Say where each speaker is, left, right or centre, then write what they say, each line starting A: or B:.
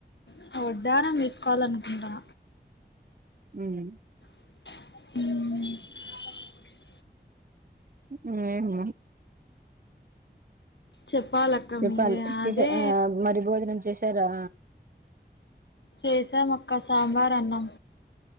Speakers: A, on the left (about 80°); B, on the right (about 50°).
A: ఒక వడ్డాణం తీసుకోవాలనుకుంటానా
B: ఊమ్
A: <inaudible>
B: ఊ హు
A: చెప్పాలక్క
B: చెప్పాలి
A: మీరే
B: టిఫిన్
A: అదే
B: ఆ మరి భోజనం చేసి సారా
A: చేసాం అక్క సాంబార్ అన్నం